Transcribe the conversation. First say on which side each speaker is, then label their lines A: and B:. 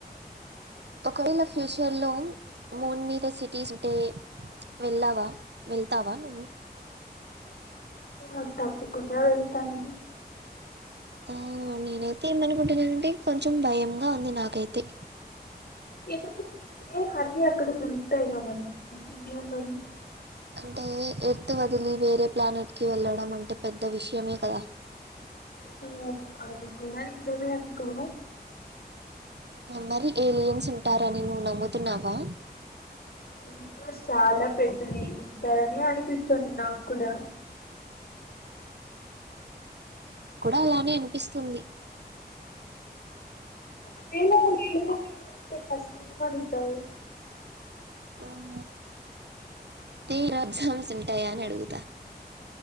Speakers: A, on the right; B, on the left.
A: ఒకవేళ ఫ్యూచర్ లో మూన్ మీద సి పీస్ ఉంటే వెళ్ళావా వెళ్తావా నును
B: అ తప్పకుండ వెళుతాను
A: ఆ నేనైతే ఎమనుకుంటున్నానంటే కొంచెం భయంగా ఉంది నాకైతే
B: ఏ హరిని అక్క దగ్గర ఉంటాయి క మని ఇంగేం బని
A: అంటే ఎర్త్ వదిలి వేరే ప్లానెట్ కి వెళ్ళడం అంటే పె ద విష్యమే కదా
B: ఆ అది కూడా నిజమే అక్కో
A: మరి ఏలియన్స్ ఉంటారని నువ్వు నమ్ముతున్నావా
B: ఇంకా చాలా పెద్దది ఉంటారని అనిపిస్తుంది నాకు కూడా
A: కూడా అలానే అనిపిస్తుంది
B: ఒకవేళ ఏలియన్ నీ కలిస్తే ఫస్ట్ ఏమడుగుతావు
A: అన్ని తే ఎగ్జామ్స్ ఉంటాయా అని అడుగు